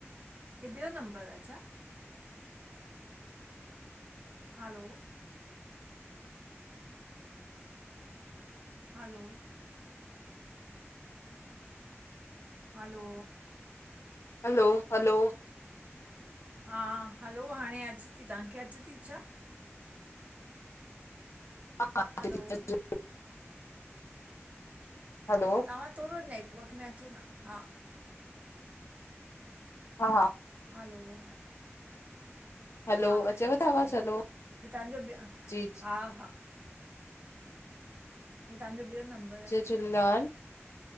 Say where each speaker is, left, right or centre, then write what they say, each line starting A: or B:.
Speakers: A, on the right; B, on the left.
A: इह ॿियो नंबर आहे छा? Hello! Hello! Hello.
B: Hello, hello.
A: हाँ, हैलो हाणे़ अचे ती, तांखे अचे ती छा?
B: हाँ-हाँ,
A: हलो
B: अचे ती। हैलो
A: हाँ, थोॾो नेटवर्क में अचो न, हाँ।
B: हाँ-हाँ।
A: हैलो। हाँ-हाँ, हाण़े
B: हलो
A: हाँ, हाणे़
B: अचेव
A: अचे
B: त आवाज़
A: ती।
B: हलो
A: हि तांजो बि,
B: जी
A: हाँ-हाँ। हे तांजो ॿियों नंब
B: जय झूलेलाल।